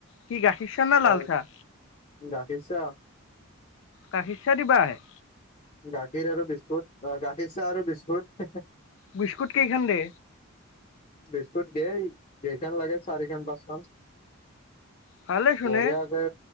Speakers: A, on the left; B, on the left.
A: কি গাখীৰ চাহ নে
B: তাৰ
A: লাল চাহ।
B: গাখীৰ চা
A: গাখীৰ চা দিব আহে?
B: গাখীৰ আৰু বিস্কুট অ গাখীৰ চাহ আৰু বিস্কুট
A: বিস্কুট কেইখন দে
B: বিস্কুট দিয়েই দেখন লাগে চাৰি খান পাঁচ খান
A: ভালে চোন
B: বঢ়িয়া
A: এ
B: কে।